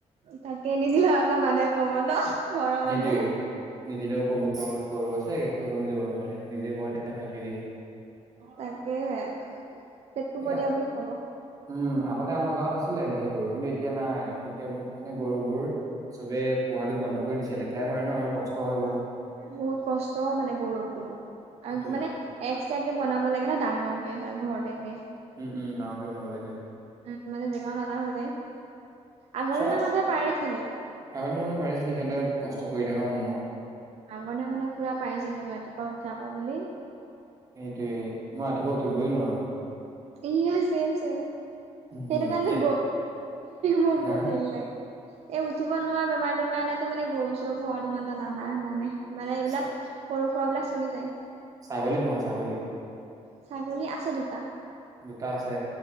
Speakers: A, on the right; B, on the right.
A: তাকে নিদিলে আকৌ মানুহে ক'ব ন' ঘৰৰ
B: সেইটোৱে
A: মানুহে।
B: নিদিলেও ক'ব গৰু আছে গাখীৰ অকনো দিব নোৱাৰে নিজে ঘৰতে খাই থৈ দিয়ে।
A: তাকেহে পেট কপটীয়া
B: এতিয়া
A: বুলি ক'ব।
B: উম আগতে আমাৰ গাঁৱত আছিলে ঢেৰ গৰু কিন্তু এতিয়া নাই এতিয়াবোৰ মানে গৰু বোৰ চবে পোহাটো বন্ধ কৰি দিছে, লেতেৰা কৰে ন' আৰু কষ্ট
A: বহুত
B: হয়
A: কষ্ট মানে গৰুটো আৰু
B: সেইটোয়ে
A: মানে এক্সট্ৰাকে বনাব লাগে ন' ডাঙৰকে এটা ঘৰ টাইপে।
B: উম-উম ডাঙৰকে বনাব লাগে।
A: উম মানে জেগাও নাতা হৈ যায় আগৰ
B: চোৱাত
A: দিনৰ মানুহে পাৰিছিলে।
B: আগতে মানে পাৰিছিলে সিহঁতে কষ্ট কৰি থকা মানুহ ন
A: আগৰদিনৰ মানুহে পুৰা পাইছিলে ৰাতিপুৱা উঠাৰ পা বুলি
B: সেইটোৱে মই ৰাতিপুৱা উঠিবই নোৱাৰোঁ।
A: এয়া চেম-চেম
B: উম হম
A: সেইটো কাৰণে
B: এতিয়া
A: গ মোৰ
B: হা
A: বহুত
B: হা
A: হেৰি লাগে। এই উঠিব নোৱাৰা বেমাৰটো কাৰণেতো মানে গৰু চৰু ঘৰত ইমান এটা নানা নানে। মানে এইবিলাক
B: চা
A: সৰু সুৰা বিলাক চলি যায়।
B: ছাগলী পোহা ছাগলী।
A: ছাগল আছে দুটা।
B: দুটা আছে।